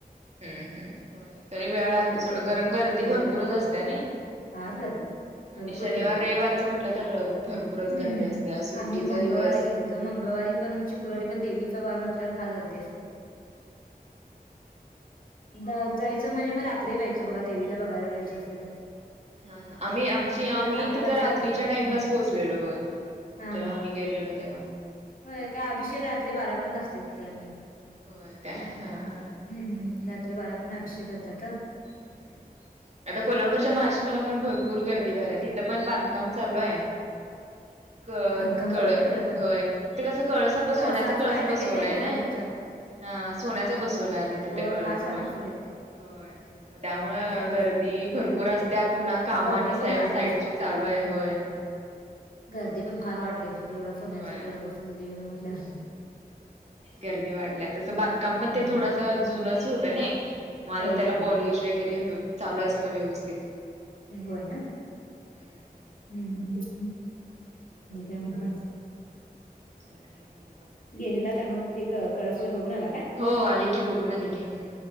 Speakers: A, on the right; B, on the left.
A: हम हम.. व्हय. तरी वेळ लागतोय
B: मग
A: सोडा
B: ते
A: कारण गर्दी
B: वेळ
A: भरपूरच
B: लागतोय
A: असत्या नाही
B: फार गर्दी
A: आणि
B: भरपूर
A: शनिवार
B: गर्दी.
A: रविवारचं म्हटलं तर भरपूरच
B: हम्म!
A: गर्दी असते आज सुट्टीचा
B: आम्ही मंगळवारी
A: दिवस
B: गेलोलो. तर मंगळवारी पण शुक्रवारी पण देवीचा वार म्हटल्यावर फार गर्दी असते. हा जायचं म्हणजे मग रात्री जायच बघा देवीला बघायला जायचं असलं तर
A: हा हा आम्ही आमची आम्ही
B: थांबलेलं
A: तिथं
B: असतं
A: रात्रीच्या
B: ना हम्म.
A: टाइमलाच पोहोचलेलो बघा
B: हा
A: जेव्हा
B: हा
A: आम्ही गेलेलो तेव्हा
B: होय काय अभिषेक रात्री बारापर्यंत असते तिथ आणि
A: होय काय? हा हा..
B: हम् हम् रात्री बारापर्यंत अभिषेक करतात
A: हम्म. आता कोल्हापूरच्या महालक्ष्मी पण भरपूर गर्दी व्हायला तिथं पण बांधकाम चालू आहे हम. क
B: बांधकाम
A: कळ
B: चालू आहे का तिकडे परत
A: होय तिथे कस कळस आता
B: कळसाचं
A: सोन्याचा कळस
B: काय तर
A: बसवलाय
B: केलं गं सोन्याचं
A: नाही हा सोन्याचा बसवला आता तिथे
B: होय
A: कळस
B: फार छान
A: पण
B: बसवलेत ते
A: होय म त्या त्यामुळं
B: फार छान
A: गर्दी
B: बसवलेत
A: भरपूर असत्या पुन्हा काम
B: गर्दी
A: आणि साई
B: पण वाढली
A: साईडची
B: असेल
A: चालू आहे. होय.
B: गर्दी पण फार वाढली असेल एवढा सोन्याचा
A: होय
B: कळस बसवलाय देवीला म्हटल्यावर
A: गर्दी वाढल्या तसं बांधकाम पण
B: हम्म
A: ते थोडासा जुनच होतं नाही मग आता
B: होय
A: त्याला
B: होय
A: पॉलिश वगैरे चालू आहे सगळं व्यवस्थित
B: हम् होय ना.
A: हम्म
B: हम्म हम्म हं. आणि काय म्हणता?
A: अजून काही नाही बघा मग
B: गेलेला का मग ते क कळसवर बघून आला काय?
A: हो आले की बघून आली की.